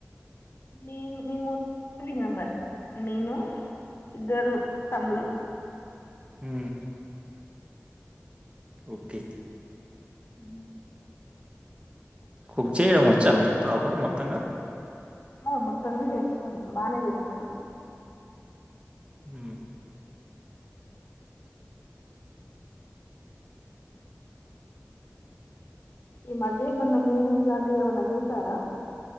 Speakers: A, on the left; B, on the right.
A: మీ మీ మూర్తి మెంబర్ నేను ఇద్దరు తమ్ములు
B: ఉ ఓకే
A: ఉ
B: కుక్ చేయడం వచ్చా మీకు ప్రాపర్ మొత్తంగా
A: ఆ మొత్తంగా చేస్తాను బానే చేస్తాను
B: ఉ
A: ఈ మధ్య ఏమైనా మూవీస్ లాంటివి ఏమైనా చూశారా